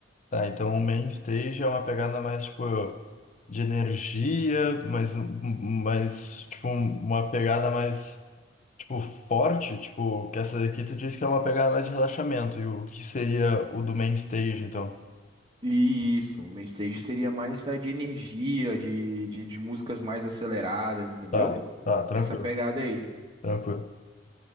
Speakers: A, on the left; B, on the right.
A: Tá, então o main stage é uma pegada mais, tipo, de energia, mas, um- um- um, mais, tipo, um- uma pegada mais, tipo, forte, tipo, que essa daqui tu disse que é uma pegada mais de relaxamento, e o que seria o do main stage, então?
B: Isso, o mainstage seria mais essa de energia, de, de, de músicas mais aceleradas, entendeu?
A: Tá, tá, tranquilo,
B: Essa pegada aí.
A: tranquilo.